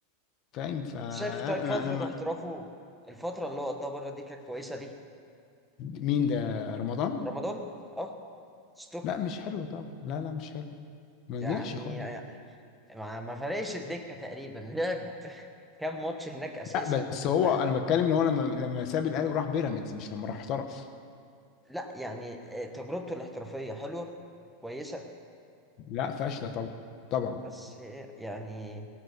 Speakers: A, on the left (about 40°); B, in the centre.
A: فاهم فانا
B: انت شايف طيب فترة
A: انا ما
B: احترافه الفترة اللي هو قضاها بره دي كانت كويسة ليه؟
A: مين ده رمضان
B: رمضان اه ستوك
A: لا مش حلو طبعا لا لا مش حلو ما
B: يعني
A: نجحش خالص
B: ما ما فرقش الدكة تقريبا <laughs> لعب كام ماتش هناك اساسي
A: لا بس هو
B: ما
A: انا بتكلم ان هو لما لما ساب الاهلي وراح بيراميدز مش لما راح احترف
B: لا يعني آه، تجربته الاحترافية حلوة كويسة
A: لا فاشله طبعا طبعا
B: بس هي يعني